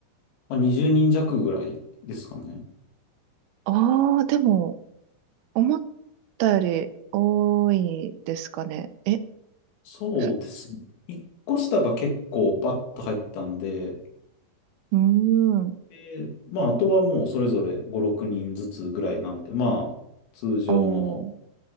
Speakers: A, on the left (about 80°); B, on the right (about 80°).
A: あ、20人弱ぐらいですかね。
B: ああ、でも、思ったより多いですかね。え、
A: そうですね。
B: ふ、
A: 一個下が結構バッと入ったんで、
B: うーん。
A: でまあ、あとはもうそれぞれ5、6人ずつぐらいなんで、まあ、通常の
B: おー。